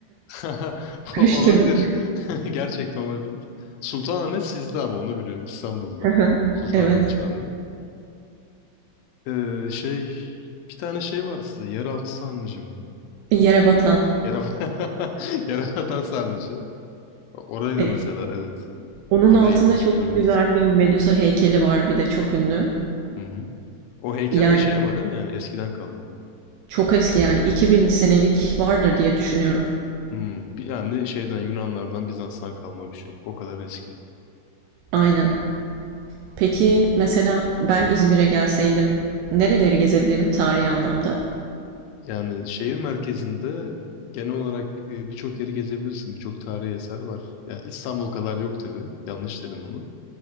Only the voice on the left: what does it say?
<laughs>
O- Olabilir. <laughs> Gerçekten olabilir. Sultanahmet sizde ama onu biliyorum İstanbul'da.
Sultanahmet
Camii. Ee, şey bir tane şey var size yeraltı sarnıcı mı?
Yere, <laughs> Yerebatan sarnıcı. Orayı
da mesela evet
o
da ilginç
görmek
istedim.
Hı hı. O heykel
de şey ama değil mi yani eskiden kalma.
Hmm, bir- yani şeyden Yunanlardan Bizans'tan kalma bir şey. O kadar eski.
Yani şehir merkezinde genel olarak e, birçok yeri gezebilirsin. Birçok tarihi eser var. Ya İstanbul kadar yok tabii. Yanlış dedim onu.